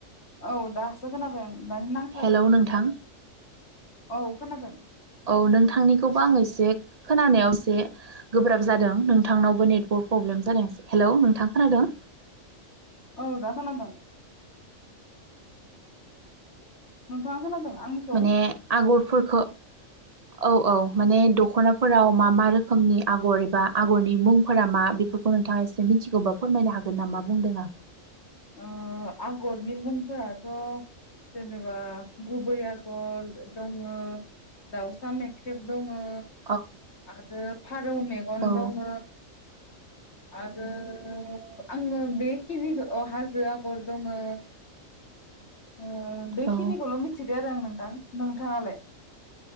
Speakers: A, on the left; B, on the right.
A: औ दासो खोनाबाय आं माने नांथाजोबदोंमोन।
B: हेलौ नोंथां
A: औ खोनादों।
B: औ नोंथांनिखौबो आं एसे खोनानायाव एसे गोब्राब जादों नोंथांनावबो नेटवर्क प्रब्लेम जादों ऐसे। हेलौ नोंथां खोनादों?
A: औ दा खोनादों। नोंथाङा खोनादों आंनिखौ
B: माने आगरफोरखौ औ औ माने दख दख'नाफोराव
A: औ
B: मा मा रोखोमनि आगर एबा आगरनि मुंफोरा मा बेफोरखौ नोंथाङा एसे मिथिगौबा फोरमायनो हागोन नामा बुंदों आं
A: ओम आगरनि मुंफोराथ' जेनेबा गुबै आगर दङ दाउसा मेख्रेब दङ ओ
B: औ
A: आरो फारौ मेगन
B: औ
A: दङ आ ओ आंङो बेखिनिखो अ हाजो आगर दंङो ओ बेखिनिखौल'
B: औ
A: मिथिगौ आरो आं दां नोंथाङालाय?